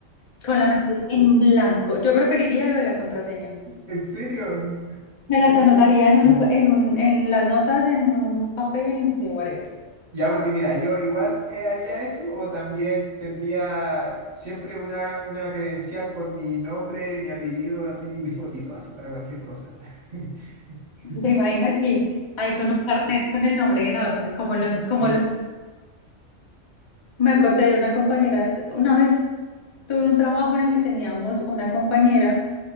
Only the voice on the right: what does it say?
¿En serio?
Ya, porque mira, yo igual eh, haría eso o también tendría siempre una, una credencial con mi nombre, mi apellido, así, mi fotito, así para cualquier cosa. <laughs>
Sí.